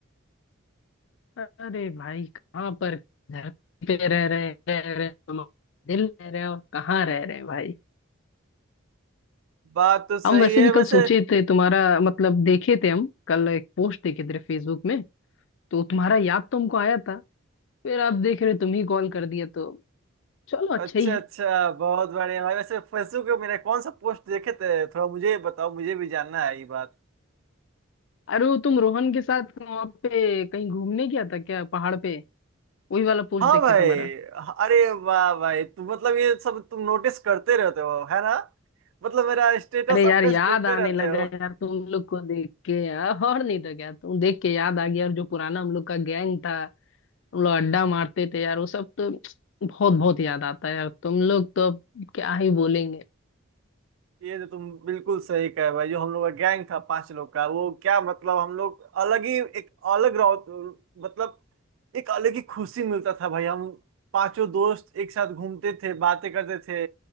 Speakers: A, on the left; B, on the right.
A: अरे भाई कहाँ पर धरती पे रह रहे रह रहे तुम दिल रह रहे और कहाँ रह रहे हैं भाई
B: बात तो
A: हम
B: सही
A: वैसे
B: है
A: भी कल
B: वैसे
A: सोचे थे तुम्हारा मतलब देखे थे हम कल एक पोस्ट देखे थे फेसबुक में तो तुम्हारा याद तो हमको आया था फिर आप देख रहे तुम ही कॉल कर दिया तो चलो अच्छा
B: अच्छा
A: ही है
B: अच्छा बहुत बढ़िया भाई वैसे फेसबुक पे मेरे कौन सा पोस्ट देखे थे थोड़ा मुझे बताओ मुझे भी जानना है ये बात
A: अरे वो तुम रोहन के साथ वहां पे कहीं घूमने गया था क्या पहाड़ पे वही वाला पोस्ट
B: हाँ
A: देखे
B: भाई
A: तुम्हारा
B: अरे वाह भाई तुम मतलब ये सब तुम नोटिस करते रहते हो है ना मतलब मेरा स्टेटस
A: अरे यार
B: अपडेट्स
A: याद
B: देखते
A: आने
B: रहते
A: लगा यार तुम लोग को देख के यार और नहीं तो क्या तुम देख के याद आ गया और जो पुराना हम लोग का गैंग था हम लोग अड्डा मारते थे यार वो सब तो बहुत बहुत याद आता है यार तुम लोग तो अब क्या ही बोलेंगे
B: ये तो तुम बिल्कुल सही कहे भाई जो हम लोग का गैंग था पांच लोग का वो क्या मतलब हम लोग अलग ही एक अलग रहो मतलब एक अलग ही खुशी मिलता था भाई हम पांचों दोस्त एक साथ घूमते थे बातें करते थे